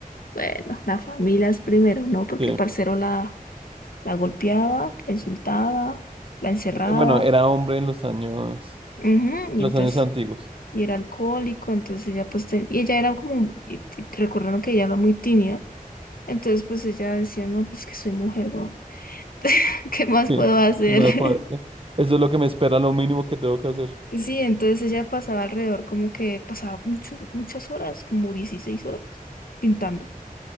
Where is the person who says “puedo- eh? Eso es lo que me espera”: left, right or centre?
Right